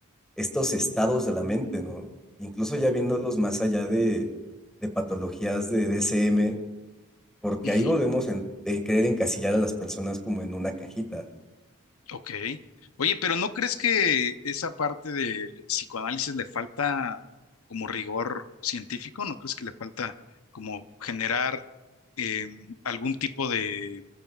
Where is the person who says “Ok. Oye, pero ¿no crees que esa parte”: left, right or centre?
Left